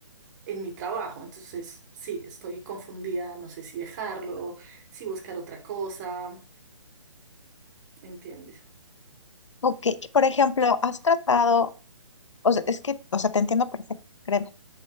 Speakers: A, on the right (about 35°); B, on the left (about 70°).
A: en mi trabajo. Entonces, sí, estoy confundida, no sé si dejarlo, si buscar otra cosa, ¿entiendes?
B: Ok, y por ejemplo, has tratado, o sea, es que, o sea, te entiendo perfecto, créeme,